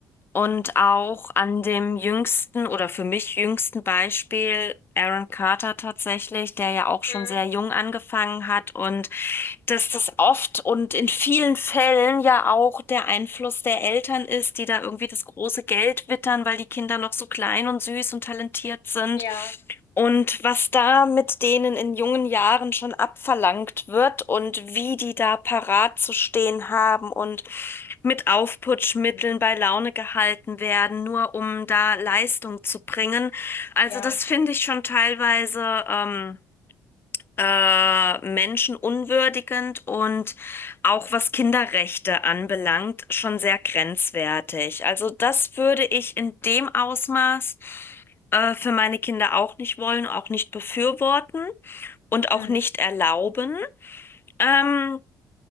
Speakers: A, on the left; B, on the left.
A: und auch an dem jüngsten oder für mich jüngsten Beispiel Aaron Carter tatsächlich, der ja auch schon
B: Mhm.
A: sehr jung angefangen hat und dass das oft und in vielen Fällen ja auch der Einfluss der Eltern ist, die da irgendwie das große Geld wittern, weil die Kinder noch so klein und süß und talentiert sind.
B: Ja,
A: Und was da mit denen in jungen Jahren schon abverlangt wird und wie die da parat zu stehen haben und mit Aufputschmitteln
B: Mhm.
A: bei Laune gehalten werden, nur um da Leistung zu bringen. Also
B: Ja.
A: das finde ich schon teilweise, ähm, äh, menschenunwürdigend und auch was Kinderrechte anbelangt, schon sehr grenzwertig. Also das würde ich in dem Ausmaß äh, für meine Kinder auch nicht wollen, auch nicht befürworten und auch
B: Mhm.
A: nicht erlauben. Ähm,